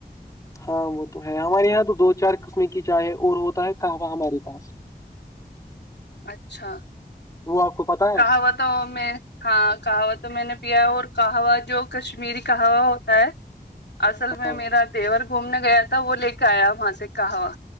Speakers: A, on the left (about 20°); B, on the left (about 80°).
A: ہاں وہ تو ہے ہمارے یہاں تو دو چار قسمیں کی جائے اور ہوتا ہے کہوہ ہمارے پاس <inaudible>
B: اچھا
A: وہ آپ کو پتا ہے
B: کہوا تو میں ہاں کہا وہ تو میں نے پیا ہے اور کہا ہوا جو کشمیری کہوا ہوتا ہے اصل میں
A: ہاں
B: میرا دیور گھومنے گیا تھا وہ لے کے آیا وہاں سے کہوا